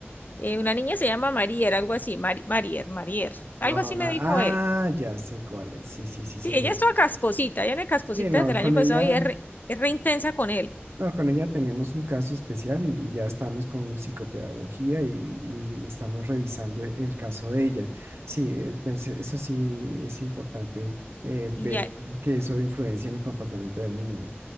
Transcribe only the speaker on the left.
Eh, una niña se llama Marier, algo así, Mari- Marier, Marier. Algo
así me dijo
él.
Sí, ella es toda casposita, ella en el casposita
desde el
año pasado
y es re, es re intensa con él.
Y ya,